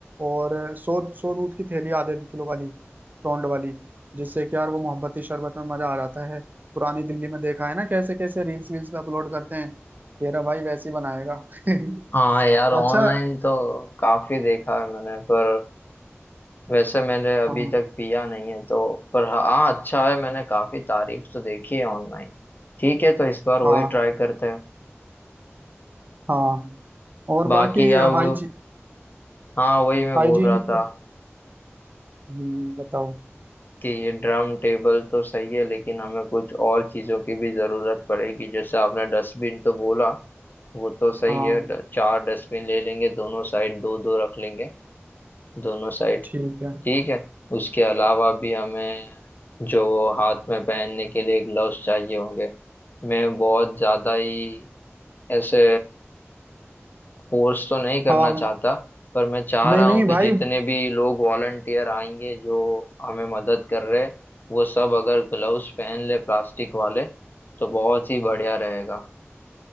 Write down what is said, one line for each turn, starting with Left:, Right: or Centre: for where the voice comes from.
Right: और अ, सौ सौ दूध की थैली आधे आधे किलो वाली टोंड वाली जिससे कि यार वो मोहब्बती शरबत में मजा आ जाता है पुरानी दिल्ली में देखा है ना कैसे कैसे रील्स वील्स पे अपलोड करते हैं तेरा भाई वैसे ही बनाएगा <laughs>
Left: हाँ यार ऑनलाइन
Right: अच्छा
Left: तो काफी देखा है मैंने पर वैसे मैंने अभी
Right: हाँ
Left: तक पिया नहीं है तो पर हाँ हाँ, अच्छा है मैंने काफी तारीफ तो देखी है ऑनलाइन ठीक है तो इस बार वही
Right: हाँ
Left: ट्राई करते हैं
Right: हाँ और बाकी
Left: बाकी अब
Right: हाइजी
Left: हाँ वही मैं
Right: हाइजीन
Left: बोल रहा था
Right: हम्म, बताओ
Left: कि ये ड्रम टेबल तो सही है लेकिन हमें कुछ और चीजों की भी जरूरत पड़ेगी जैसे आपने डस्टबिन तो बोला वो तो सही
Right: हाँ
Left: है ड- चार डस्टबिन ले लेंगे दोनों साइड दो दो रख लेंगे दोनों साइड
Right: ठीक है
Left: ठीक है उसके अलावा भी हमें जो वो हाथ में पहनने के लिए ग्लव्स चाहिए होंगे मैं बहुत ज़्यादा ही ऐसे फोर्स तो नहीं करना
Right: हाँ
Left: चाहता पर मैं चाह
Right: नहीं
Left: रहा
Right: नहीं
Left: हूँ
Right: भाई
Left: कि जितने भी लोग वॉलंटियर आएंगे जो हमें मदद कर रहे हैं, वो सब अगर ग्लव्स पहन ले प्लास्टिक वाले तो बहुत ही बढ़िया रहेगा